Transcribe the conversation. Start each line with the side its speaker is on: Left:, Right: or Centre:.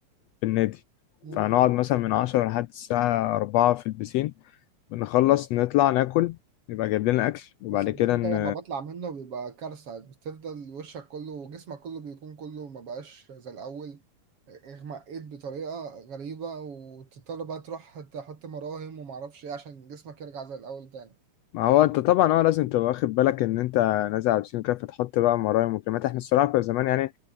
Left: في النادي
Right: مم.
Left: فهنقعد مثلا من عشرة لحد الساعة أربعة في البسين بنخلص نطلع ناكل يبقى جايب لنا أكل وبعد
Right: بس البسين
Left: كده ن...
Right: ده لما بطلع منه بيبقى كارثة بتفضل وشك كله وجسمك كله بيكون كله ما بقاش زي الأول اغمقيت بطريقة غريبة وتضطر بقى تروح تحط مراهم ومعرفش ايه عشان جسمك يرجع زي الأول تاني
Left: ما هو أنت طبعا هو لازم تبقى واخد بالك إن أنت نازل على البسين كده فتحط بقى مرايم وكلمات إحنا الصراحة كنا زمان يعني